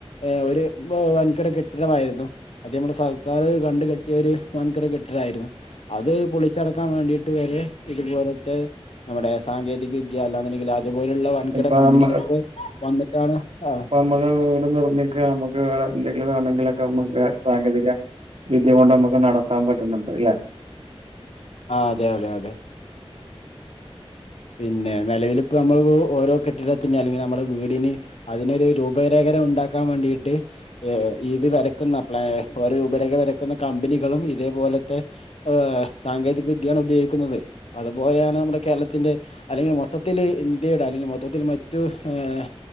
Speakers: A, on the left; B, on the right.
A: ഏഹ് ഒര് ബോ വൻകിട കെട്ടിടമായ്ര്ന്നു അത് ഞമ്മളെ സർക്കാര് കണ്ട് കെട്ട്യൊര് വൻകിട കെട്ടിടായിര്ന്നു അത് പൊളിച്ചടക്കാം വേണ്ടീട്ട് വെരെ ഇത് പോലെത്തെ നമ്മടെ സാങ്കേതിക വിദ്യ അല്ലാന്ന്ണ്ടെങ്കില് അത്പോലെയുള്ള വൻകിട
B: ഇപ്പൊ
A: കമ്പ്നികൾക്ക്
B: നമ്മ
A: വന്നിട്ടാണ് ആ
B: പ്പമ്മള് വീട് നിർമ്മിക്കാ അമ്മക്ക് വേറെ ന്തെങ്കിലും വേണെങ്കിലൊക്കെ നമുക്ക് സാങ്കേതിക വിദ്യ കൊണ്ട് നമ്ക്ക് നടത്താം പറ്റുന്നുണ്ട് ഇല്ലെ
A: ആഹ് അതെ അതെ അതെ പിന്നെ നെലവ്‌ല്‌പ്പൊ നമ്മള് ഓരോ കെട്ടിടത്തിന് അല്ലെങ്കില് നമ്മളെ വീടിന് അതിനൊര് രൂപരേഖര ഉണ്ടാക്കാം വേണ്ടീട്ട് ഏഹ് ഇത് വരക്ക്ന്ന പ്ലെ ഓരോ രൂപരേഖ വരക്കുന്ന കമ്പനികളും ഇതേപോലെത്തെ ഏഹ് സാങ്കേതിക വിദ്യാണ് ഉപയോഗിക്കുന്നത് അതുപോലേ നമ്മുടെ കേരളത്തിന്റെ അല്ലെങ്കി മൊത്തത്തില് ഇന്ത്യയുടെ അല്ലെങ്കി മൊത്തത്തില് മറ്റു ഏഹ്